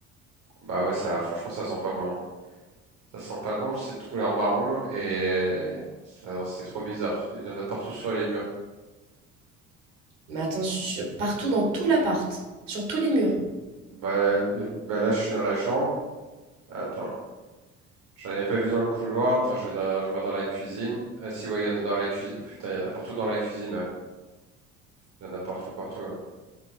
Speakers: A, on the right; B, on the right.
A: Bah ouais, ça, franchement, ça sent pas bon. hein. Ça sent pas bon, c'est de couleur marron et ça- c'est trop bizarre. Il y en a partout sur les murs.
B: Mais attends, je, je- partout dans tout l'appart, sur tous les murs.
A: Bah, bah là, je suis dans la chambre. Attends, j'en avais pas vu dans le couloir. Attends, je vais dans, je vois dans la cuisine. Ah si, ouais, il y en a dans la cuisine. Putain, il y en a partout dans la cuisine, ouais. Il y en a partout, partout. ouais.